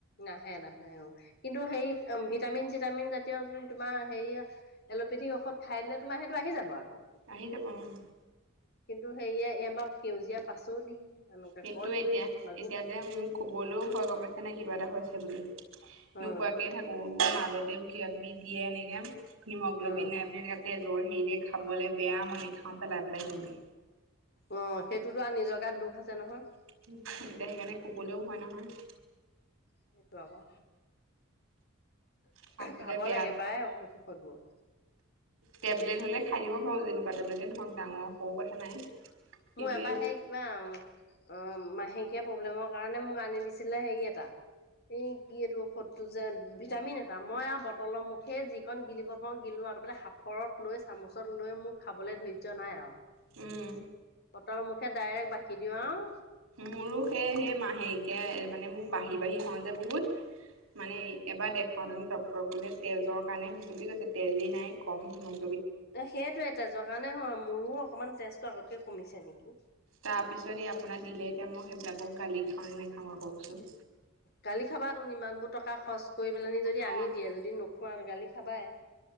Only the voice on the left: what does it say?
নাহে -নাহে অ। কিন্তু হেৰি ভিটামিন- চিটামিন জাতীয় তোমাৰ হেৰিয় এল'পেথিক ঔষধ খাই দিলে তোমাৰ সেইটো আহি যাব আৰু
কিন্তু, সেয়ে এইআমাৰ সেউজীয়া পাচলি এনেকুৱা
কলডিল
মাগুৰ
মাহ
উম
উম।
অহ, সেইটোতো আৰু নিজৰ গাত দুখ আছে নহয়।
সেইটো আকৌ
খাব
লাগে
প্ৰায় ঔষধ - চোসুধ বোৰ
মোৰ এবাৰ
সেই কিবা অহ, মাহেকীয়া প্ৰব্লেমৰ কাৰণে মোক আনি দিছিলে হেৰি এটা এই কি এইটো ঔষধটো যে ভিটামিন এটা মই আৰু বটলৰ মুখে যি কণ গিলিব পাৰো গিলো সাফৰত লৈ চামুচত লৈ মোক খাবলৈ ধৈৰ্য নাই আৰু
বটলৰ মুখে ডাইৰেক্ট বাকি দিওঁ আও
সেইটো এটা জগা নাই হয় মোৰো অকমান তেজটো আগতকে কমিছে নেকি
গালি খাবা টো ইমানবোৰ টকা- খৰচ কৰি পেলনি যদি
আনি দিয়ে যদি ন খোৱাহৈ গালি খাবাই